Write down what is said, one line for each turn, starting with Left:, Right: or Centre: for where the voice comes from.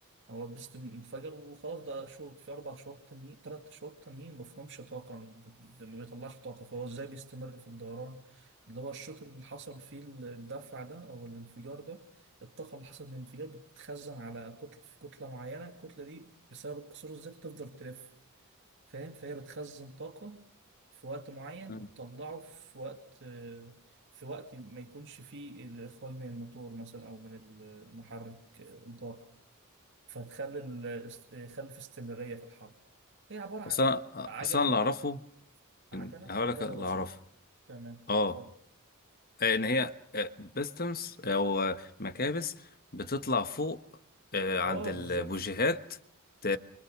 Right: هو بيست انفجر وخلاص ده شوط في أربع شواط تانيين تلات شواط تانيين مفهومش طاقة ب- ما بيطلعش طاقة فهو إزاي بيستمر في الدوران اللي هو الشوط اللي حصل فيه الدفع ده أو الانفجار ده الطاقة اللي حصل من الانفجار بتتخزن على كتلة في كتلة معينة الكتلة دي بسبب القصور الذاتي تفضل تلف فاهم فهي بتخزن طاقة في وقت معين
Left: مم.
Right: وتطلعه في وقت في وقت ما يكونش فيه الإخراج من الموتور مثلا أو من المحرك طاقة فنخلي ال... خلي في استمرارية في الحرب هي عبارة عن
Left: اصلا اصلا
Right: عجلة
Left: اللي اعرفه
Right: عجلة
Left: إن... هقول
Right: عجلة
Left: لك اللي
Right: بسيطة
Left: اعرفه
Right: تمام
Left: اه
Right: اتفضل
Left: ان هي بيستمز او مكابس بتطلع فوق آه، عند
Right: اه
Left: البوجيهات
Right: بالظبط
Left: ت-